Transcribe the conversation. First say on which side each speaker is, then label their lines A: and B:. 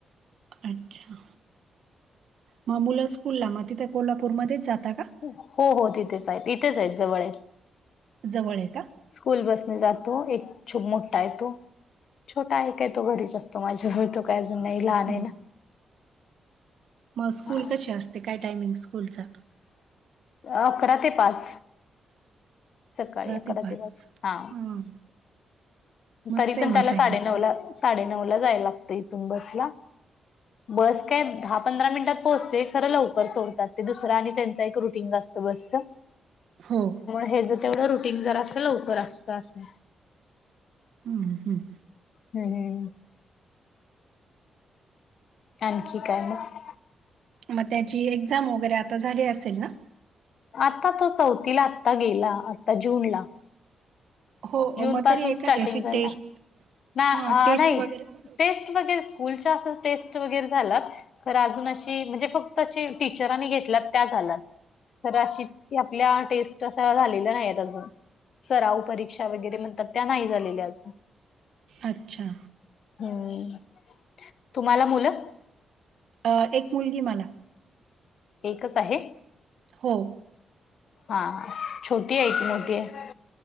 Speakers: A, on the right; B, on the left.
A: अच्छा म मुलं स्कूलला म तिथं कोल्हापूर मध्येच जाता का
B: हो हो तिथेच आहेत इथेच आहेत जवळ आहेत
A: जवळ आहे का
B: स्कूल बसने जातो एक छूप मोठ्टा येतो छोटा आहे काय तो घरीच असतो माझ्याजळ तो काही अजून नाही लहान
A: हं.
B: आहे ना
A: मग स्कूल
B: हा
A: कशी असते काय टायमिंग स्कूलचा
B: अकरा ते पाच सकाळी अकरा
A: ते पाच
B: दिवच हा
A: ह मस्त
B: तरी
A: आहे
B: पण
A: मग
B: त्याला
A: टाइम
B: साडेनऊ
A: त्यांचा
B: ला साडे नऊ ला जाय लागत इथून बसला बस काय दहा पंधरा मिनिटात पोहोचते खरं लवकर सोडतात ते दुसरा आणि त्यांचा एक रुटीनत. स बसत.
A: हो.
B: हे जर तेवढं रुटीन जर अस लवकर असतं असे
A: हम् हम्
B: हम् हम आणखी काय मग
A: मग त्याची एक्झाम वगैरे आता झाली असेल ना
B: आता तो चौथीला आत्ता गेला आता जून ला
A: हो
B: जून
A: मग
B: पासून
A: तरी एखादी
B: स्टार्टिंग
A: अशी
B: झालला
A: टेस्ट
B: नाही
A: हा टेस्ट वगैरे
B: टेस्ट वगैरे स्कूलच्या असं टेस्ट वगैरे झालं खरं अजून अशी म्हणजे फक्त अशी टीचरांनी घेतल्या त्या झाल्या तर अ आपल्या टेस्ट झाले नाही अजून सराऊ परीक्ष वरे म्हणतात त्या नाही झालेल्या अजून
A: अच्छा
B: हम्म तुम्हाला मुलं
A: अ एक मुलगी मला
B: एकच आहे
A: हो
B: हा... छोटी ए की मोठी ए